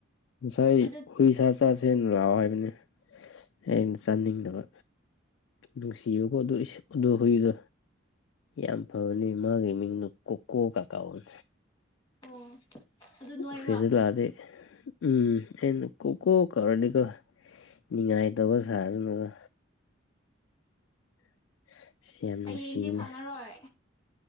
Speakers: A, on the left; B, on the left.
A: ꯉꯁꯥꯏ
B: ꯑꯗꯨ
A: ꯍꯨꯏꯁꯖ ꯆꯆꯥꯁꯦ ꯂꯥꯛꯑꯣ ꯍꯥꯏꯕꯅꯤ ꯑꯩꯅ ꯆꯥꯅꯤꯡꯗꯕ ꯅꯨꯡꯁꯤꯕꯀꯣ ꯑꯗꯨ ꯍꯨꯏꯗꯣ ꯌꯥꯝ ꯐꯕꯅꯤ ꯃꯥꯒꯤ ꯃꯤꯡꯗꯨ ꯀꯣꯀꯣ ꯀꯥꯀꯥꯅꯤ
B: ꯑꯣ ꯑꯗꯨ ꯅꯣꯏꯕ꯭ꯔꯣ
A: ꯐꯤꯖ ꯂꯗ ꯎꯝ ꯑꯩꯅ ꯀꯣꯛ ꯀꯣꯛ ꯀꯧꯔꯗꯤꯀꯣ ꯉꯥꯏꯇꯕ ꯁꯥꯔꯅꯒ <inaudible> ꯅꯨꯡꯁꯤꯅꯦ
B: ꯍꯌꯦꯡꯗꯤ ꯐꯪꯉꯔꯣꯏ